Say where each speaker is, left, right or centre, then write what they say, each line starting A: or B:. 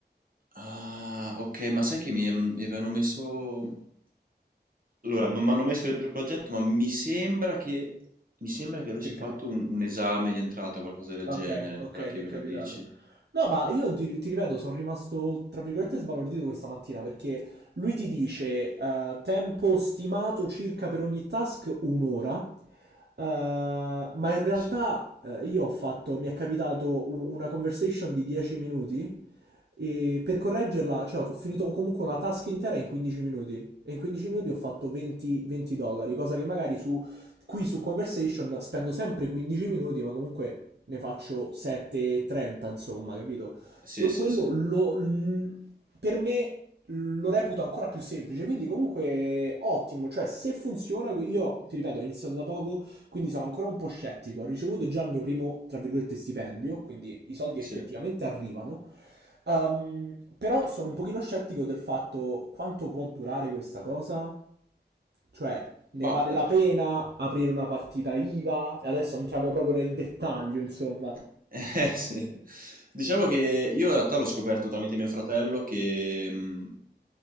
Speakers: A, on the right; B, on the right.
A: Ah, ok, ma sai che mi, mi avevano messo... Allora, non mi hanno messo dentro il progetto, ma mi sembra che, mi sembra che avessi
B: Sì,
A: fatto
B: capito.
A: un, un esame di entrata o qualcosa del
B: Okay,
A: genere,
B: okay,
A: ora che
B: ti è
A: me
B: capitato.
A: lo dici.
B: No, ma io ti, ti ripeto, sono rimasto tra virgolette sbalordito questa mattina perché lui ti dice eh, tempo stimato circa per ogni task un'ora, eh, ma in realtà
A: Sì.
B: eh, io ho fatto, mi è capitato u- una conversation di 10 minuti e per correggerla, cioè ho finito comunque una task intera in 15 minuti e in 15 minuti ho fatto 20 20 dollari, cosa che magari su Qui su Conversation spendo sempre 15 minuti, ma comunque ne faccio 7,30, insomma, capito?
A: Sì,
B: E
A: sì,
B: quello
A: sì,
B: lo, l- per me lo reputo ancora più semplice, quindi comunque ottimo, cioè se funziona, io ti ripeto, ho iniziato da poco, quindi sono ancora un po' scettico, ho ricevuto già il mio primo, tra virgolette, stipendio, quindi i soldi
A: sì.
B: effettivamente arrivano, Ehm, però sono un pochino scettico del fatto quanto può durare questa cosa. Cioè, ne
A: Bah,
B: vale
A: eh,
B: la pena aprire una partita IVA? E adesso entriamo proprio nel dettaglio, insomma.
A: <laughs> eh, sì. Diciamo che io in realtà l'ho scoperto tramite mio fratello che, mh,